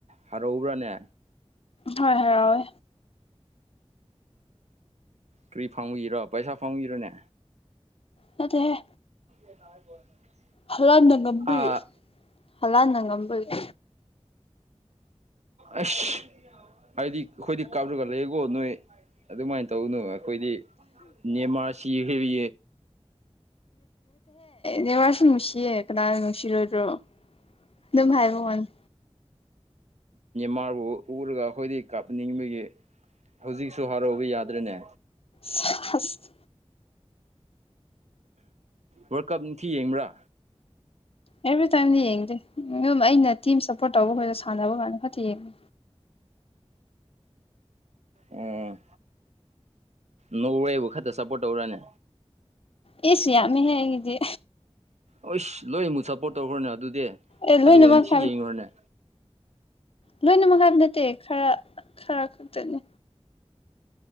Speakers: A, on the right; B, on the left.
A: ꯍꯔꯧꯔꯅꯦ
B: ꯍꯣꯏ ꯍꯔꯥꯎꯋꯦ
A: ꯀꯔꯤ ꯐꯪꯒꯤꯔꯣ ꯄꯩꯁꯥ ꯐꯪꯕꯒꯤꯔꯣꯅꯦ
B: ꯅꯠꯇꯦꯍꯦ
A: <unintelligible>
B: ꯍꯂꯅꯒꯝꯕꯤꯔ
A: ꯑꯥ
B: ꯍꯂꯥꯟꯅꯒꯝꯕꯤꯤꯔ
A: ꯑꯁ ꯑꯩꯗꯤ ꯑꯩꯈꯣꯏꯗꯤ ꯀꯥꯞꯂꯒ ꯂꯩꯦꯀꯣ ꯅꯣꯏ ꯑꯗꯨꯃꯥꯏꯅ ꯇꯧꯅꯨ ꯑꯩꯈꯣꯏꯗꯤ ꯅꯦꯃꯥ ꯁꯤꯈꯔꯤ
B: ꯍꯦ ꯋꯥꯁꯨ ꯅꯨꯡꯁꯤꯌꯦ ꯀꯅꯥꯅ ꯅꯨꯡꯁꯤꯔꯣꯏꯗ꯭ꯔꯣ ꯑꯗꯨꯝ ꯍꯥꯏꯕꯉꯣꯟ
A: ꯃꯥꯔꯕꯨ ꯎꯔꯒ ꯑꯩꯈꯣꯏꯗꯒꯤ ꯀꯥꯞꯅꯤꯡꯕꯒꯤ ꯍꯧꯖꯤꯛꯁꯨ ꯍꯔꯥꯎꯕ ꯌꯥꯗ꯭ꯔꯦꯅꯦ
B: ꯁꯁ
A: ꯋꯥꯔꯜ ꯀꯞ ꯅꯨꯡꯊꯤ ꯌꯦꯡꯕ꯭ꯔꯥ
B: ꯑꯦꯚ꯭ꯔꯤꯇꯥꯏꯝꯗꯤ ꯌꯦꯡꯗꯦ ꯑꯗꯨꯝ ꯑꯩꯅ ꯇꯤꯝ ꯁꯞꯄꯣꯔꯠ ꯇꯧꯕ ꯈꯣꯏꯗ ꯁꯥꯟꯅꯕ ꯀꯥꯟꯗ ꯈꯛꯇ ꯌꯦꯡꯕ
A: ꯎꯝ ꯅ ꯋꯥꯦ ꯋꯥ ꯈꯥꯔ ꯁꯄꯣꯠꯧꯔꯅꯦ
B: ꯌꯦꯁꯨꯃꯤ ꯍꯦꯒꯤꯗꯤ
A: ꯍꯁ ꯂꯣꯏ ꯑꯃꯨꯛ ꯁꯞꯄꯣꯔꯠ ꯇꯧꯈ꯭ꯔꯅꯦ ꯑꯗꯨꯗꯤ
B: ꯑꯦ ꯂꯣꯏꯅꯃꯛ
A: ꯑꯗꯨꯒ ꯑꯗꯨꯝ ꯊꯤ ꯌꯦꯡꯉꯨꯔꯅꯦ
B: ꯂꯣꯏꯅꯃꯛꯥꯏꯕ ꯅꯠꯇꯦ ꯈꯔ ꯈꯔ ꯈꯛꯇꯅꯦ